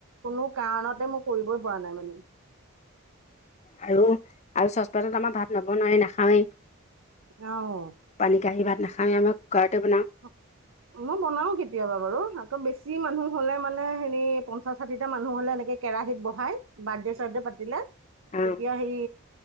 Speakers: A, on the right; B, on the left.
A: কোনো কাৰণতে মই কৰিবই পৰা নাই মানে।
B: আৰু আৰু চচপেনত আমাৰ ভাত নবনাই নাখাওৱেই।
A: অহ।
B: পানী কাঁহী ভাত নাখাওঁ আমি কুকাৰতে বনাওঁ।
A: অ'। মই বনাও কেতিয়াবা বাৰু আকৌ বেছি মানুহ হলে মানে হেৰি পঞ্চাশ ষাঠিটা মানুহ হলে এনেকে কেৰাহীত বহাই বাৰ্থডে চাৰ্থডে পাতিলে
B: অঁ
A: তেতিয়া সেই